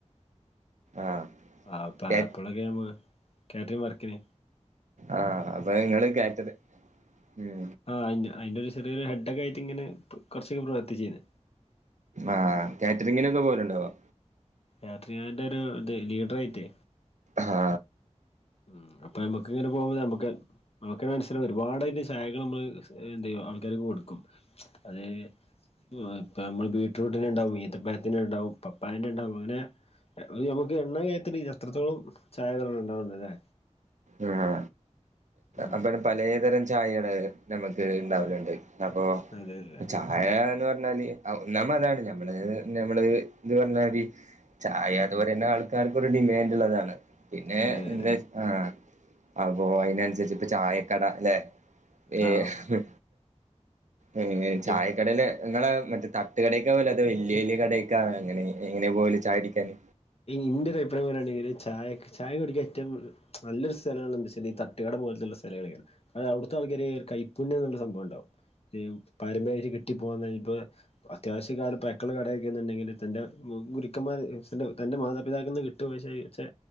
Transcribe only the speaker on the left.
ആഹ് <unintelligible>
കാറ്ററിങ് വർക്കിന്
ആഹ് അയിന്റ അയിന്റൊരു സ് <unintelligible> ഹെഡക്കായിട്ടിങ്ങനെ കൊർ കൊറച്ചക്കെ പ്രവർത്തി ചെയ്ത്
കാറ്ററിംഗിന്റൊരു ഇതേ ലീഡറായിട്ടേ
മ്ഹ് അപ്പ നമ്മക്കിങ്ങനെ പോവുമ്പ നമ്മക്ക് നമുക്കു മനസ്സിലാവും ഒരുപാട് അതിൻ്റെ ശാഖകള് നമ്മള് എന്ത് ചെയ്യുവ ആൾക്കാരിക്ക് കൊടുക്കും അത് എന്തുവാ ഇപ്പ നമ്മള് ബീറ്റ്‌റൂട്ടിനിണ്ടാവും ഈത്തപ്പഴത്തിനിണ്ടാവും പപ്പായന്റെണ്ടാവും അങ്ങനെ എഹ് നമുക്ക് എണ്ണ കയത്തില് എത്രത്തോളം ചായകളണ്ടാവണ്ട അല്ലേ
ഉം
അതെ അതെ
അതെ
അതെ
അതെ
ആഹ്
ഇൻ്റൊരു അഭിപ്രായം പറയാണെങ്കില് ചായെക്ക് ചായ കുടിക്കാൻ ഏറ്റവും നല്ലൊരു സ്ഥലങ്ങളെന്ന് വെച്ചാല് ഈ തട്ടുകട പോലത്തിളള സ്ഥലങ്ങളെയാണ് അല്ല അവിടുത്തെ ആൾക്കാര് കൈപ്പുണ്യം എന്നുള്ളൊരു സംഭവം ഇണ്ടാവും ഇം പാരമ്പര്യായിട്ട് കിട്ടിപ്പോന്ന ഇപ്പ അത്യാവശ്യകാലം പയക്കുള്ള കടയ്ക്കയാന്നെണ്ടാകില് തൻ്റെ <unintelligible> ക്കന്മാര്ഇൻസ്ൻ്റെ തൻ്റെ മാതാപിതാക്കന്ന് കിട്ടൊക്കെ ചെയ് ചെ